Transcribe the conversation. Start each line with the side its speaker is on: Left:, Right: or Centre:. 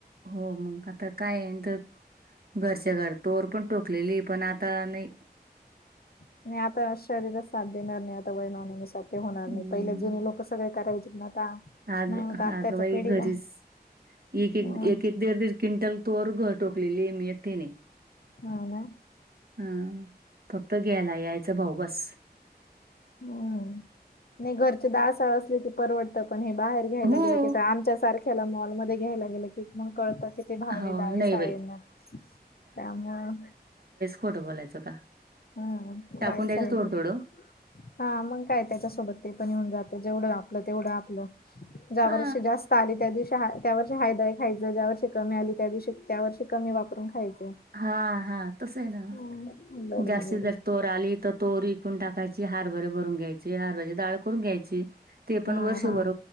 Right: हो आता काय आहे तर, घरच्या घर तोवर पण टोकलेली पण आता नाही
Left: नाही आता शरीरात साथ देणार नाही आता वयमानानुसार ते होणार
Right: हम्म.
Left: नाही, पहिला जुनी लोक सगळे करायचे ना आता
Right: आग
Left: नाही होत आत्ताच्या
Right: आगबाई
Left: पिढीला
Right: घरीच, एक-एक,
Left: ह
Right: एक-एक, दीड- दीड क्विंटल तोवर घ टोकलेली, मी एक तिनी.
Left: हो ना
Right: हम्म फक्त घ्यायला यायचं भाऊ बस.
Left: हम्म, नाही घरचे दाळ-साळ असले की परवडत पण हे बाहेर घ्यायला
Right: हो
Left: गेलं की हित आमच्या सारख्याला मॉलमध्ये घ्यायला गेलं की, मग कळतं की ते भावे-दावे
Right: हो नाही
Left: साळींना,
Right: बाई
Left: त्यामुळं
Right: खोट बोलायचं का?
Left: हम्म <unintelligible>
Right: टाकून द्यायचं थोडं थोडं
Left: हा मग काय, त्याच्यासोबत ते पण येऊन जातं जेवढं आपलं तेवढं आपलं. दहा
Right: हा
Left: वर्ष जास्त पाली त्या दिवशी हा, त्यावर्षी हायदय खायचं, ज्या वर्ष कमी आली त्या दिवशी, त्यावर्षी कमी वापरून खायचं.
Right: हा हा तसं आहे ना.
Left: हम्म बरोबर
Right: जास्त जर
Left: आहे
Right: तोर आली तर तोर विकून टाकायची हारभरे भरून घ्यायचे हारभरची डाळ करून घ्यायची. ते पण
Left: हा
Right: वर्षभर
Left: हा